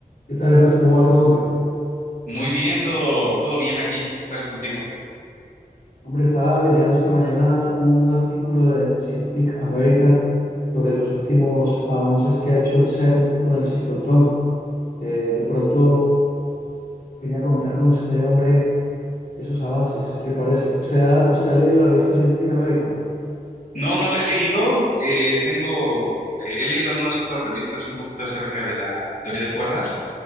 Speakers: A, on the left (about 80°); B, on the left (about 60°).
A: ¿Qué tal, Ernesto? ¿Cómo va todo, hombre?
B: Muy bien, todo, todo bien aquí. ¿Qué tal contigo?
A: Hombre, estaba leyendo esta mañana un artículo de Scientific American sobre los últimos avances que ha hecho el CERN con el ciclotrón. Eh, de pronto quería comentar con usted, hombre, esos avances. ¿Qué le parece? ¿Usted ha, usted ha leído la revista Scientific American?
B: No, no la he leído. eh, tengo, eh, he leído algunas otras revistas un poquito acerca de la teoría de cuerdas,